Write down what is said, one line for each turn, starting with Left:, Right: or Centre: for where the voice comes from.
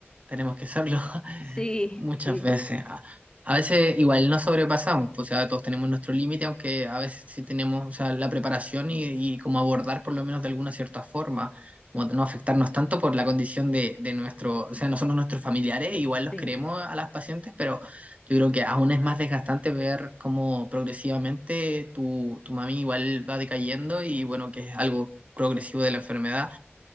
Right: Tenemos que serlo. <laughs>
Left: Sí,
Right: Muchas
Left: sí,
Right: veces. A, a veces igual no sobrepasamos, pues, o sea, todos tenemos nuestro límite, aunque a veces sí tenemos, o sea, la preparación y, y cómo abordar por lo menos de alguna cierta forma, como no afectarnos tanto por la condición de, de nuestro, o sea, no somos nuestros familiares, igual los
Left: sí,
Right: queremos a las pacientes, pero yo creo que aún es más desgastante ver cómo progresivamente tu, tu mami igual va decayendo y bueno, que es algo progresivo de la enfermedad